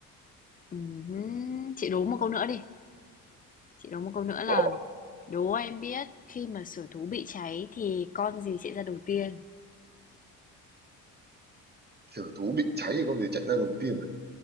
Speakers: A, on the left; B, on the right.
A: Ừm Chị đố một câu nữa đi. Chị đố một câu nữa là
B: đúng không
A: đố em biết khi mà sở thú bị cháy thì con gì sẽ ra đầu tiên?
B: thử thú bị cháy thì con gì chạy ra đầu tiên này